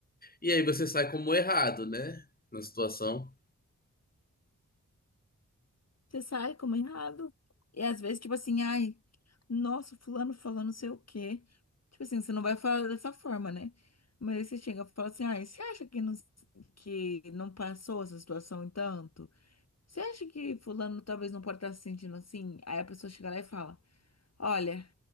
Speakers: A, on the left; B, on the left.
A: e aí você sai como errado, né? Na situação.
B: Você sai como errado. E às vezes, tipo assim, ai, nossa, fulano falando não sei o quê. Tipo assim, você não vai falar dessa forma, né? Mas aí você chega e fala assim, ai, você acha que não, que não passou essa situação em tanto? Você acha que fulano talvez não pode estar se sentindo assim? Aí a pessoa chega lá e fala, olha,